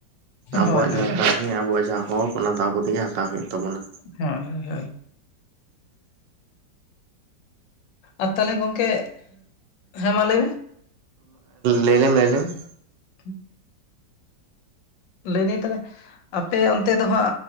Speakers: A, on the right (about 75°); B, on the left (about 80°).
A: ᱟᱵᱚᱣᱟᱜ
B: ᱦᱳᱭ
A: ᱡᱟᱦᱟᱸ
B: ᱦᱳᱭ
A: ᱠᱟᱹᱢᱤ ᱟᱵᱩᱣᱟᱜ ᱡᱟᱦᱟᱸ ᱦᱚᱠ ᱚᱱᱟ ᱫᱚ ᱟᱵᱚ ᱛᱮᱜᱮ ᱦᱟᱛᱟᱣ ᱦᱩᱭᱩᱜ ᱛᱟᱵᱚᱱᱟ᱾
B: ᱦᱮᱸ ᱦᱮ ᱟᱨ ᱛᱟᱦᱚᱞᱮ ᱜᱚᱝᱠᱮ ᱦᱮᱸ ᱢᱟ ᱞᱟᱹᱭ ᱢᱮ
A: ᱞᱟᱹᱭ ᱞᱮᱢ ᱞᱟᱹᱭ ᱞᱮᱢ ᱾
B: ᱴᱷᱤᱠ ᱞᱟᱹᱭ ᱫᱧ ᱛᱟᱦᱚᱞᱮ <unintelligible> ᱟᱯᱮ ᱚᱱᱛᱮ ᱫᱚ ᱦᱟᱸᱜ